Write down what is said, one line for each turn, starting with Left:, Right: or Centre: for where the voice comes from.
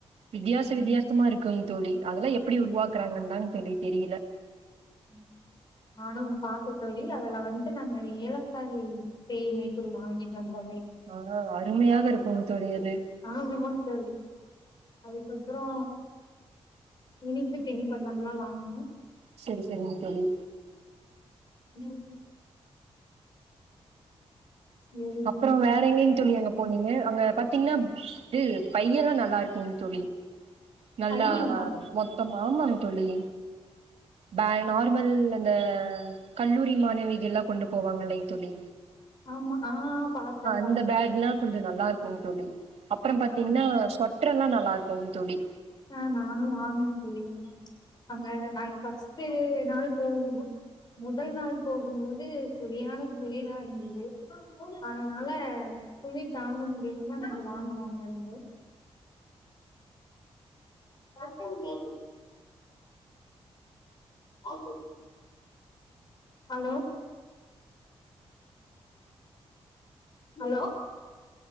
Right: வித்தியாச
Left: ம்
Right: வித்தியாசமா இருக்குங் தோழி அதெல்லா எப்டி உருவாக்குறாங்கன்தா தெரில் தெரில
Left: ம் நானும் பாத்த தோழி அதுல வந்துட்டு நாங்க ஏலக்காய் தேனு அது இப்போ வாங்கிட்டு வந்தோ
Right: ஆ அருமையாக இருக்குங் தோழி அது
Left: ஆமாங் தோழி அதுக்கப்புறோ இனிப்பு தின் பண்டம்லா வாங்குனோ
Right: செரி செரிங் தொழி
Left: ம் சேரி
Right: அப்புறோ
Left: தோழி
Right: வேற எங்கிங்
Left: அதா
Right: தோழி அங்க போனீங்க அங்கப் பாத்தீங்கன்னா இது பையில்லா நல்லா இருக்குங் தோழி நல்லா
Left: பையுங்களா
Right: மொத் ம்மா ஆமாங் தோழி பேகு நார்மல் அந்த கல்லூரி மாணவிகள்லா கொண்டுப் போவாங்களே தோழி
Left: ஆமா ஆ பாத்தே பாத்தே
Right: இந்த பேக்லா
Left: தோழி
Right: கொஞ்ச நல்லா இருக்குங் தோழி அப்புறம் பாத்தீங்கன்னா
Left: நானு
Right: சொட்றெல்லா நல்லா இருக் போங் தோழி
Left: ம் நானு வாங்கணங் தோழி அங்க நாங்க ஃபஸ்ட்டு நாள் போணோ மொதல் நாள் போகும்போது சரியான குளிரா இருந்தது அதனால குளிர் தாங்க முடியாம நாங்க வாங்கனோ அங்க இருந்து அலோ அ <unintelligible> அலோ அலோ